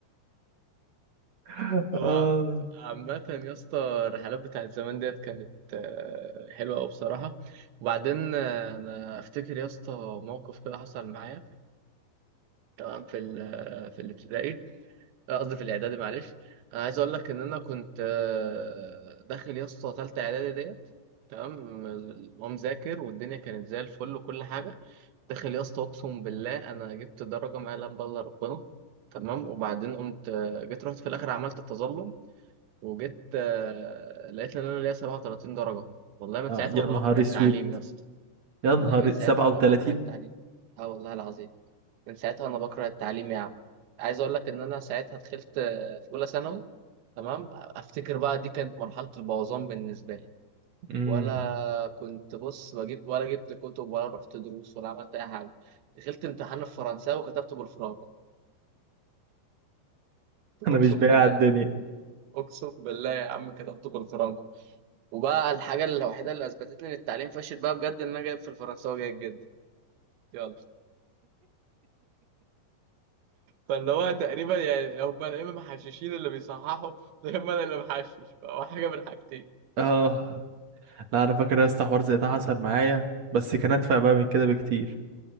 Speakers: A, on the right; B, on the right.
A: <laughs>
B: هو
A: آه
B: عامة يا اسطى الرحلات بتاعت زمان ديت كانت آه، حلوة أوي بصراحة وبعدين آه، أنا أفتكر يا اسطى موقف كده حصل معايا تمام في ال آه، في الابتدائي آه، قصدي في الإعدادي معلش أنا عايز أقول لك إن أنا كنت آه، داخل يا اسطى تالتة إعدادي ديت تمام ومذاكر والدنيا كانت زي الفل وكل حاجة داخل يا اسطى أقسم بالله أنا جبت درجة ما يعلم بها إلا ربنا تمام وبعدين قمت آه، جيت رحت في الآخر عملت تظلم وجيت آه، لقيت ان انا ليا 37 درجه والله من
A: آه،
B: ساعتها
A: يا
B: وانا
A: نهار
B: بكره التعليم
A: اسود
B: يا اسطى
A: يا
B: والله
A: نهار
B: من ساعتها
A: 37
B: وانا بكره التعليم اه والله العظيم من ساعتها وانا بكره التعليم يا عم عايز اقول لك ان انا ساعتها دخلت آه، في اولى ثانوي تمام افتكر بقى دي كانت مرحله البوظان بالنسبه لي
A: امم
B: ولا كنت بص بجيب ولا جبت كتب ولا رحت دروس ولا عملت اي حاجه دخلت امتحان الفرنساوي وكتبته بالفرانكو اقسم
A: انا مش بايع
B: بالله
A: الدنيا
B: يا عم اقسم بالله يا عم كتبته بالفرانكو وبقى الحاجة الوحيدة اللي أثبتت لي إن التعليم فاشل بقى بجد إن أنا جايب في الفرنساوي جيد جدا يلا فاللي هو تقريبا يعني هم يا إما محششين اللي بيصححوا يا إما أنا اللي محشش فهو حاجة من حاجتين
A: اه لا انا فاكر يا اسطى حوار زي ده حصل معايا بس كان ادفع بقى من كده بكتير